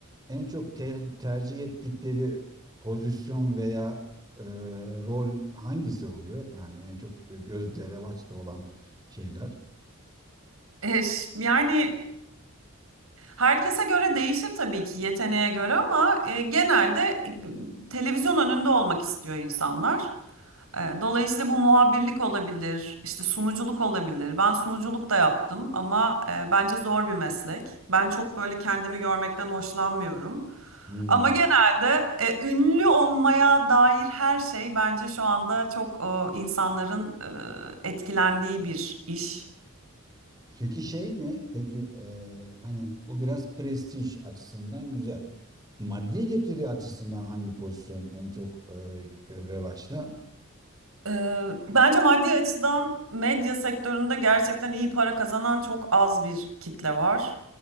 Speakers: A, on the right; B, on the right.
A: en çok ter- tercih ettikleri pozisyon veya e, rol hangisi oluyor? Yani en çok e, gözde revaçta olan şeyler.
B: E, ş- yani Herkese göre değişir tabii ki yeteneğe göre ama e, genelde e, televizyon önünde olmak istiyor insanlar. E, dolayısıyla bu muhabirlik olabilir, işte sunuculuk olabilir. Ben sunuculuk da yaptım ama e, bence zor bir meslek. Ben çok böyle kendimi görmekten hoşlanmıyorum.
A: Hmm.
B: Ama genelde e, ünlü olmaya dair her şey bence şu anda çok e, insanların e, etkilendiği bir iş.
A: Peki şey ne? Peki e, hani o biraz prestij açısından güzel. Maddi getiri açısından hangi pozisyon en çok e, revaçta?
B: Ee, bence maddi açıdan medya sektöründe gerçekten iyi para kazanan çok az bir kitle var.